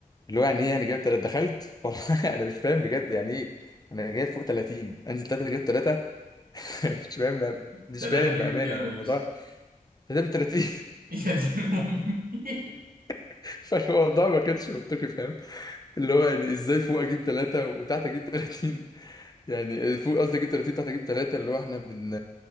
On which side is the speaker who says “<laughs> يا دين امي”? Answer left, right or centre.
Right